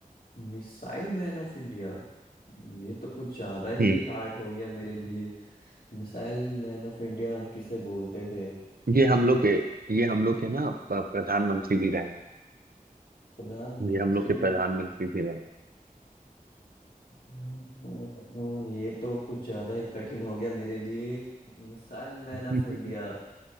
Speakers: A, on the left (about 80°); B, on the right (about 85°).
A: Missile man of India ये तो कुछ ज्यादा ही
B: हम्म
A: हार्ड हो गया मेरे लिए मिसाइल मैन ऑफ इंडिया हम किसे बोलते थे हम्म,
B: ये हम लोग के ये हम लोग के ना प- प्रधानमंत्री भी रहे हैं
A: प्रधानमंत्री
B: ये हम लोग के
A: नहीं।
B: प्रधानमंत्री भी रहे
A: हम्म, ये तो कुछ ज्यादा ही कठिन हो गया मेरे लिए मिसाइल मैन ऑफ
B: हैं
A: इंडिया